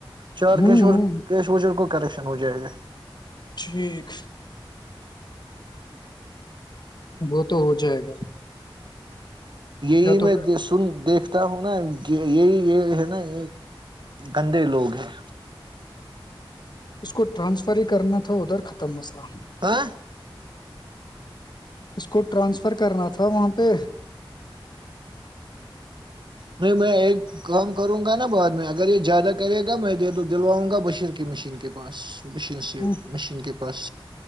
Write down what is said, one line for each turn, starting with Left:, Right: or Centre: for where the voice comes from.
Right: چار
Left: ہ
Right: کیشور کیش ر کو کرش ہو جائے گا
Left: ٹھیک وہ تو ہو جائے گا
Right: یہی
Left: یا تو
Right: میں
Left: پھر
Right: سن دیکھتا تا ہوں نا یہ یہی یہ ہے نا یہ گندے لوگ ہے
Left: اس کو ٹرانسفر ہی کرنا تھا ادھر ختم مسئلہ ون
Right: ہیں
Left: اس کو ٹرانسفر کرنا تھا وہاں پہ
Right: نہیں میں ایک کام کروں گا نا بعد میں اگر یہ زیادہ کرے گا میں دے دلواؤں گا بشیر کی مشین کے پاس مشین سے
Left: اس
Right: مشین کے بش